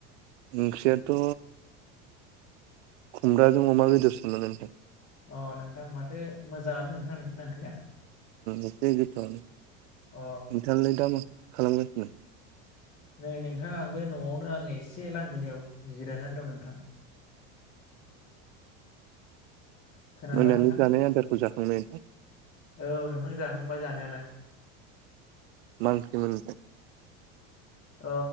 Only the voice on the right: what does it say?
ओंख्रियाथ' खुमब्राजों अमा बेदेरसोमोन नोंथां
एसे गोथावआनो
नोंथाङालाय दा मा खालामगासिनो
मोनानि
जानाय आदारखौ जाखांबाय नोंथां
मा ओंख्रिमोन